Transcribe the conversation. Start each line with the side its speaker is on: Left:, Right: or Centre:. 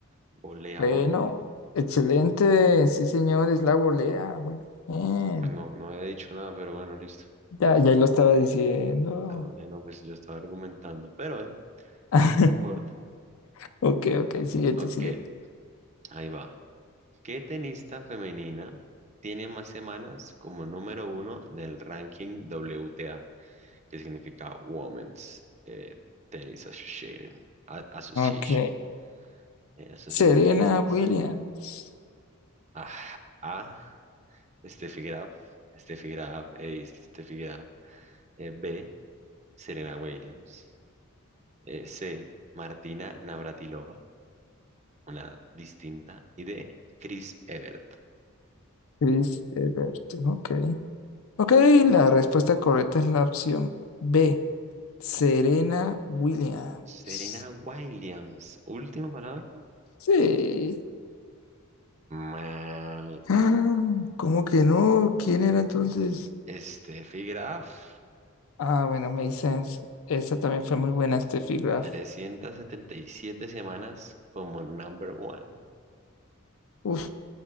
Right: voleabol.
Left: Bueno, excelente. Sí, señor, es la volea. Muy bien.
Right: Pues no, no había dicho nada, pero bueno, listo.
Left: Ya, ya lo estaba diciendo.
Right: La volea, no, pues yo estaba argumentando, pero bueno,
Left: <laughs>
Right: no importa.
Left: Ok, ok, siguiente,
Right: Ok,
Left: siguiente.
Right: ahí va. ¿Qué tenista femenina tiene más semanas como número uno del ranking WTA? que significa Women's eh, Tennis Association, a- Association,
Left: Ok.
Right: eh, Asociación
Left: Serena
Right: de Tenistas.
Left: Williams.
Right: Ah, A, Steffi Graf, Steffi Graf, eh, Steffi Graf. Eh, B, Serena Williams. Eh, C, Martina Navratilova, una distinta. Y D, Chris Evert.
Left: Chris Evert. Ok. Ok, la respuesta correcta es la opción B. Serena Williams.
Right: Serena Williams, última palabra.
Left: Sí. <gasps>
Right: Mal.
Left: Ah, ¿cómo que no? ¿Quién era entonces?
Right: Steffi Graf,
Left: Ah, bueno, makes sense. Esa también fue muy buena, Steffi Graf.
Right: 377 semanas como number one.
Left: Uf,